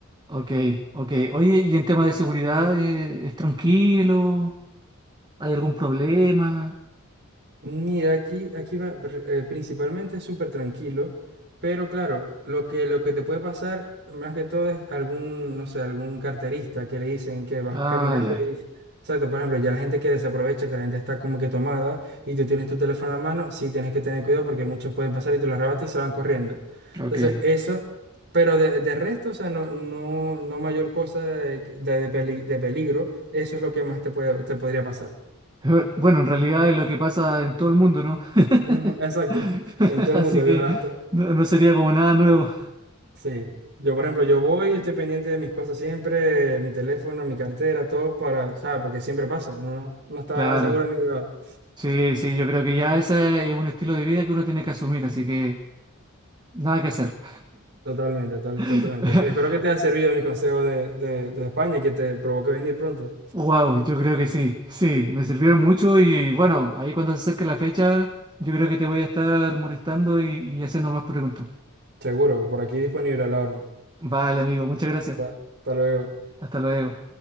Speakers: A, on the right; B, on the right.
A: Ok, ok. Oye, y en temas de seguridad, eh, ¿es tranquilo? ¿Hay algún problema?
B: Mira, aquí, aquí va, re- eh, principalmente es súper tranquilo, pero claro, lo que, lo que te puede pasar más que todo es algún, no sé, algún carterista que le dicen que vas
A: Ah,
B: caminando
A: ya.
B: y, exacto, por ejemplo, ya la gente que desaprovecha, que la gente está como que tomada y tú tienes tu teléfono en la mano, sí tienes que tener cuidado porque muchos pueden pasar y te lo arrebatas y se van corriendo.
A: Ok.
B: Entonces, eso, pero de, de resto, o sea, no, no, no mayor cosa de, de- de peli- de peligro, eso es lo que más te puede, te podría pasar.
A: <laughs> Bueno, en realidad es lo que pasa en todo el mundo, ¿no? <laughs>
B: Ujú, Exacto, <laughs>
A: <laughs>
B: en todo
A: Así
B: el mundo.
A: que
B: Yo hasta,
A: no, no sería como nada nuevo.
B: sí, yo por ejemplo, yo voy, estoy pendiente de mis cosas siempre, mi teléfono, mi cartera, todo para, o sea, porque siempre pasa, no, no estaba
A: Claro.
B: seguro en ningún lado.
A: Sí, sí, yo creo que ya ese es un estilo de vida que uno tiene que asumir, así que nada que hacer.
B: Totalmente, total- totalmente.
A: <laughs>
B: Espero que te haya servido mis consejos de, de, de España y que te provoque venir pronto.
A: Wow, yo creo que sí, sí, me sirvieron mucho y bueno, ahí cuando se acerque la fecha, yo creo que te voy a estar molestando y, y haciendo más preguntas.
B: Seguro, por aquí disponible a la orden.
A: Vale, amigo, muchas gracias.
B: Ta- Hasta luego.
A: Hasta luego.